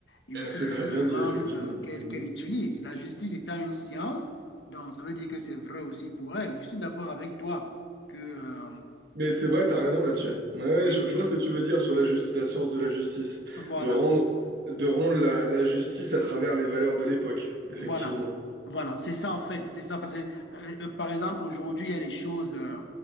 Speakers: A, on the left; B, on the right.
A: et aussi
B: Euh, C'est
A: des
B: très
A: instruments
B: bien dit, effectivement.
A: euh, qu'elle
B: Mhm.
A: qu'elle utilise. La justice étant une science, donc ça veut dire que c'est vrai aussi pour elle. Je suis d'accord avec toi que, euh,
B: Mais c'est vrai, t'as raison là-dessus. Ouais, ouais,
A: oui,
B: je, je vois ce que tu veux dire sur la, justi- la science de la justice,
A: voilà.
B: de rendre, de rendre la, la justice à travers les valeurs de l'époque, effectivement.
A: Voilà, voilà, c'est ça en fait, c'est ça parce que euh, euh, par exemple aujourd'hui il y a des choses euh,